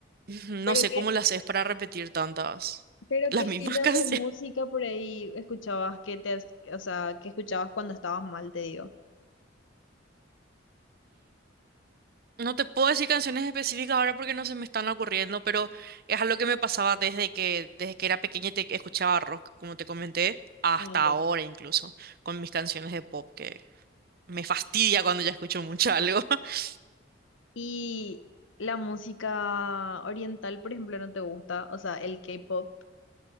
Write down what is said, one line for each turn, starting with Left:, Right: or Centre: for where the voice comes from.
Right: Ujú, No
Left: ¿Pero
Right: sé
Left: qué?
Right: cómo lo haces para repetir tantas,
Left: Pero
Right: las
Left: ¿qué estilo
Right: mismas <laughs> canciones.
Left: de música por ahí escuchabas que te, has- o sea, que escuchabas cuando estabas mal, te digo?
Right: No te puedo decir canciones específicas ahora porque no se me están ocurriendo, pero es algo que me pasaba desde que, desde que era pequeña y te escuchaba rock, como te comenté, hasta
Left: Ah, ya.
Right: ahora incluso, con mis canciones de pop, que me fastidia cuando ya escucho mucho algo. <laughs>
Left: Y la música oriental, por ejemplo, no te gusta, o sea, el K-pop.